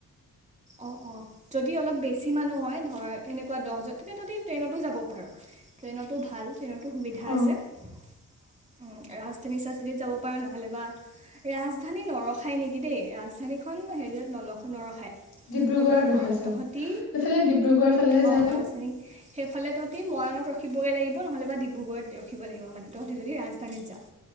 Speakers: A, on the right (about 20°); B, on the left (about 85°).
A: অঁ', - অঁ', যদি অলপ বেছি মানুহ হয় ধৰ এনেকুৱা দহজন তেতিয়া তহঁতি ট্ৰেইনতো যাব পাৰ, ট্ৰেইনতো ভাল। ট্ৰেইনতো সুবিধা
B: অ
A: আছে, অ', ৰাজধানী, চাজধানী যাব পাৰা, নহ'লে বা ৰাজধানী নৰখায় নেকি দেই, ৰাজধানীখন হেৰিয়ত নলখ নৰখায়। শিৱসাগৰত,
B: ডিব্ৰুগড়ত ৰখাই চাগে।
A: তহঁতি
B: এইফালে ডিব্ৰুগড় ফালেহে যায়
A: আহ
B: খন
A: ৰাজধানী সেইফালে তহঁতি মৰাণত ৰখিবলৈগে লাগিব নহ'লে বা ডিব্ৰুগড়ত ৰখিব লাগিব মানে তহঁতি যদি ৰাজধানীত যায়।